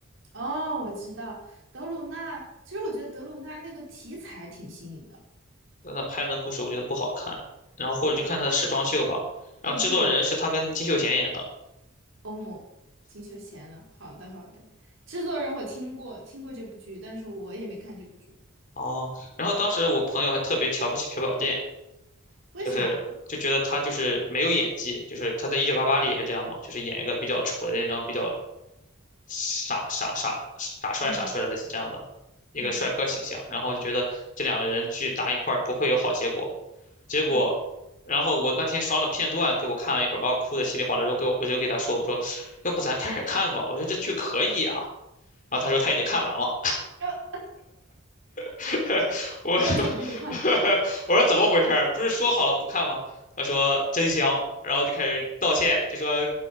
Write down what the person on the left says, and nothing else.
那拍的故事我觉得不好看，然后或者就看他的时装秀吧。
然后制作人是他跟金秀贤演的，
哦，然后当时我朋友还特别瞧不起朴宝剑。
就是就觉得他就是没有演技，就是他在《一九八八》里也是这样嘛，就是演一个比较纯，然后比较傻傻傻傻帅傻帅的类似这样的
一个帅哥形象，
然后就觉得这两个人去搭一块儿不会有好结果，结果。
然后我那天刷了片段，给我看了一会儿，把我哭的稀里哗啦。然后给我我就给他说，我说，要不咱开始看吧？我觉得这剧可以啊。然后他说他已经看完了。
<laughs> 我说
<laughs> 我说怎么回事儿？不是说好了不看吗？他说真香，然后就开始道歉，就说